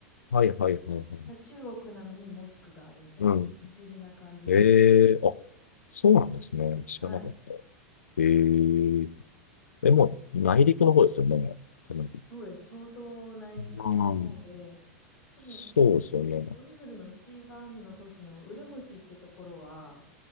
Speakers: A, on the left; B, on the left.
A: はい、はい、はい、はい。
B: だ中国なのにモスクがあるみたいな、
A: うん。
B: 不思議な感じ。
A: ええあ、そうなんですね。知らなかった。
B: はい。
A: えええ、もう内陸の方ですよね。多分。
B: そうです。相当内陸の方で、
A: うん。
B: 多分、
A: そうですよね。
B: こうウイグルの一番の都市のウルムチってところは、